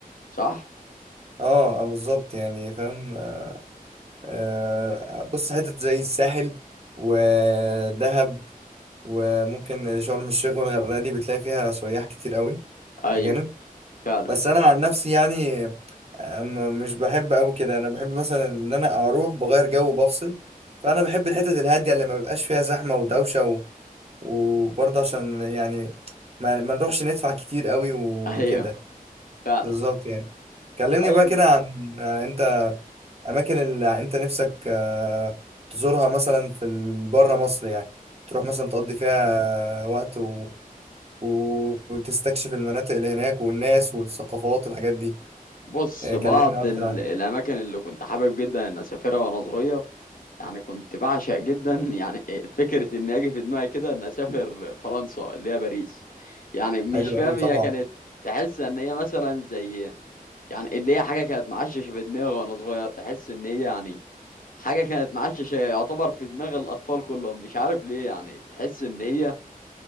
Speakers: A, on the left (about 65°); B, on the right (about 45°).
A: صح
B: اه آه، بالظبط يعني فاهم آه، بص حتت زي الساحل ودهب وممكن شرم الشيخ والغردقة دي بتلاقي فيها سياح كتير قوي
A: ايوه
B: أجانب
A: فعلا
B: بس أنا عن نفسي يعني آه، م- مش بحب أوي كده أنا بحب مثلا إن أنا أروح بغير جو بفصل فأنا بحب الحتت الهادية اللي ما بيبقاش فيها زحمة ودوشة و... وبرضه عشان يعني ما, ما نروحش ندفع كتير قوي وكده
A: ايوه فعلا
B: بالظبط يعني كلمني
A: طيب
B: بقى كده عن آه، أنت اماكن اللي انت نفسك آه، تزورها مثلا في بره مصر يعني تروح مثلا تقضي فيها وقت و... و... وتستكشف المناطق اللي هناك والناس والثقافات والحاجات دي
A: بص
B: آه،
A: بعض
B: كلمنا اكتر
A: ال-
B: عن
A: الاماكن اللي كنت حابب جدا ان اسافرها وانا صغير يعني كنت بعشق جدا يعني فكرة إن أجي في دماغي كده إن أسافر فرنسا اللي هي باريس يعني مش
B: حلو
A: فاهم
B: قوي طبعا
A: هي كانت تحس إن هي مثلا زي يعني اللي هي حاجة كانت معششة في دماغي وأنا صغير تحس إن هي يعني حاجة كانت معششة يعتبر في دماغ الأطفال كلهم مش عارف ليه يعني تحس إن هي